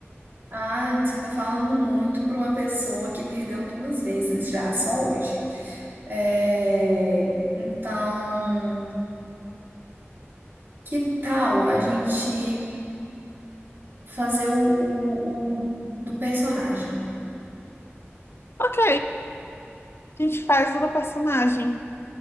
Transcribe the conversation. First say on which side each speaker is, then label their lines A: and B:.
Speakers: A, on the right; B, on the left.
A: Ah, você tá falando muito pra uma pessoa que perdeu duas vezes já, só hoje. É, então, que tal a gente fazer o, o, o do personagem?
B: Ok, A gente faz o do personagem.